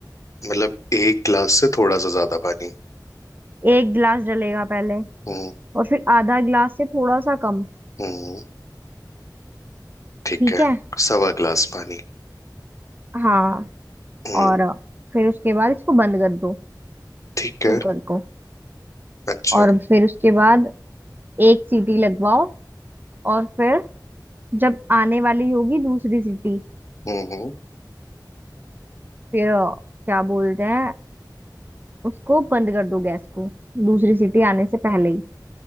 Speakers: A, on the left (about 45°); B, on the right (about 25°).
A: मतलब एक गिलास से थोड़ा सा ज्यादा पानी
B: एक गिलास डलेगा पहले
A: हम्म
B: और फिर आधा गिलास से थोड़ा सा कम
A: हम्म ठीक
B: ठीक
A: है
B: है
A: सवा ग्लास पानी
B: हाँ
A: हम्म
B: और फिर उसके बाद इसको बंद कर दो
A: ठीक है
B: कुकर को
A: अच्छा
B: और फिर उसके बाद एक सीटी लगवाओ और फिर जब आने वाली होगी दूसरी सीटी
A: हम्म हम्म।
B: फिर अ, क्या बोलते हैं उसको बंद कर दो गैस को दूसरी सीटी आने से पहले ही